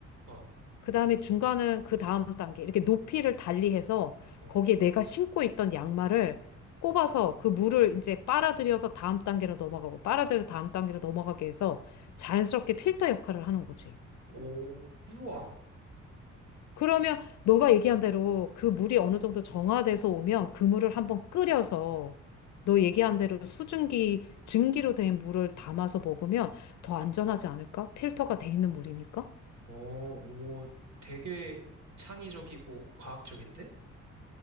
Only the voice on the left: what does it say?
그 다음에 중간은 그 다음 단계. 이렇게 높이를 달리해서
거기에 내가 신고 있던 양말을 꼽아서 그 물을 이제 빨아들여서 다음 단계로 넘어가고 빨아들여 다음 단계로 넘어가게 해서 자연스럽게 필터 역할을 하는 거지.
그러면 너가
얘기한 대로 그 물이 어느 정도 정화돼서 오면 그 물을 한번 끓여서 너 얘기한 대로 수증기, 증기로 된 물을 담아서 먹으면 더 안전하지 않을까? 필터가 돼 있는 물이니까?